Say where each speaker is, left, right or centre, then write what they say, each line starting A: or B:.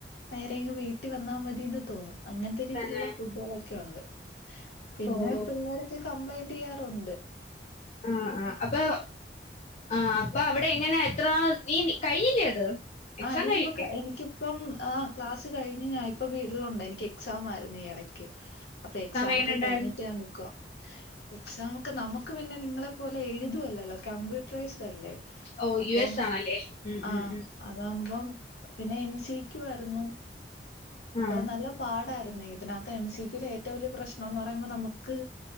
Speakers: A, on the left (about 70°); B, on the left (about 40°).
A: നേരെ ഇങ്ങ് വീട്ടി വന്നാ മതിന്ന് തോന്നും അങ്ങനത്തെ രീതിയിലുള്ള
B: തന്നെ
A: ഫുഡ്ബോളെക്കെ ഉണ്ട് പിന്നെ
B: ഓഹ്
A: പിളളരൊക്കെ കംപ്ലൈയിൻ്റെയ്യാറുണ്ട്
B: ആഹ് ആഹ് അപ്പൊ ആഹ് അപ്പൊ അവിടെ എങ്ങനെ എത്രനാൾ നീ കഴിഞ്ഞില്ലേ അത് എക്സാം
A: ആഹ് എനിക്കിപ്പ
B: കഴിഞ്ഞില്ലേ
A: കഴിഞ്ഞ് എനിക്ക് ഇപ്പം ആ ക്ലാസ് കഴിഞ്ഞ് ഞാൻ ഇപ്പ വീട്ടിലൊണ്ട് എനിക്ക് എക്സാം ആയിരുന്നു ഈ ഇടക്ക് അപ്പൊ എക്സാം
B: എങ്ങനെ
A: ഒക്കെ
B: ഉണ്ടായിരുന്നു
A: കഴിഞ്ഞിട്ട് ഞാൻ നിക്കുവാ എക്സാം ഒക്കെ നമുക്ക് പിന്നെ നിങ്ങളെ പോലെ എഴുതുവല്ലല്ലോ കമ്പ്യൂട്ടറൈസ്ഡ് അല്ലേ
B: ഓ
A: അപ്പം
B: യു എസ് ആണല്ലേ ഉം
A: ആ
B: ഉം ഉം
A: അതാകുമ്പം പിന്നെ എംസിക്യൂ വരുന്നു അപ്പൊ
B: ആഹ്
A: നല്ല പാടായിരുന്നെ ഇതിനകത്ത് എംസിക്യൂ ഏറ്റവും വലിയ പ്രശ്നം എന്ന് പറയുമ്പോ നമുക്ക്